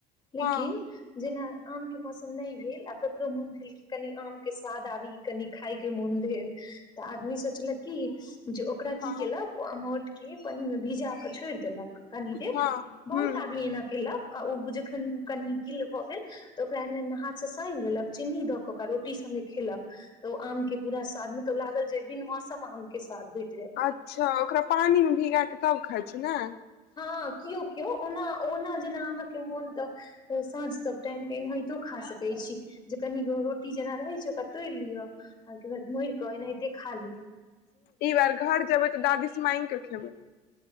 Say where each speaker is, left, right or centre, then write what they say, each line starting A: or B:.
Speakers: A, on the left; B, on the left.
A: लेकिन
B: हँ
A: जेना आम के मौसम नै भेल आ ककरो मोन भेल कि कनि आम के स्वाद आबी कनि खायके मोन भेल तऽ आदमी सोचलक कि जे ओकरा की
B: हँ
A: केलक ओ अमोट के पानिमे भिजाकऽ छोड़ि देलक कनि दिन
B: हँ
A: बहुत आदमी
B: ह
A: एना केलक आ ओ जखन कनि गिल्ल भ गेल तऽ ओकरा एना एना हाथ स सानि लेलक चीन्नी दऽ क ओकरा रोटी संगे खेलक तऽ ओ आम के पूरा स्वाद मतलब लागल जे बिन मौसम आम के स्वाद भेल
B: अच्छा ओकरा पानिमे भिगा कऽ तब खाइ छी नाय
A: हँ की ओ के केओ ओना ओना जेना अहाँके मोन तऽ साँझ सब टाइमकेऽ एनाहितो खा सकै छी जे कनिगो रोटी जेना रहै छै ओकरा तोड़ लियअ आ बाद मोड़ क एनाहिते खा लिय
B: ई बार घर जेबै तऽ दादी स माइंग क खेबै